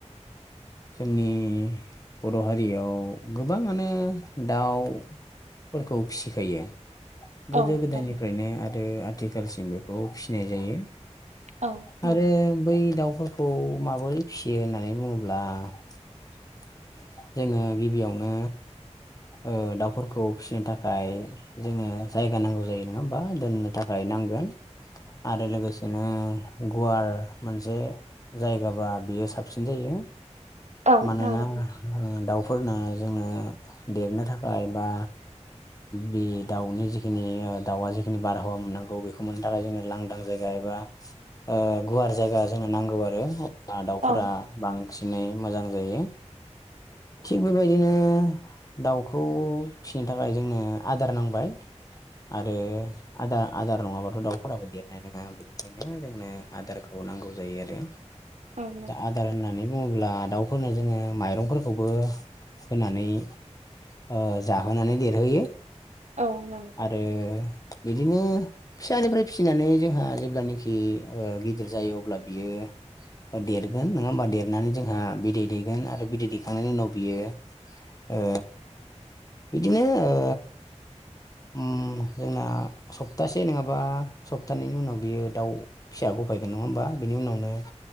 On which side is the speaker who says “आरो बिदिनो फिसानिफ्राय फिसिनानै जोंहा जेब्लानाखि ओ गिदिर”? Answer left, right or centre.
Left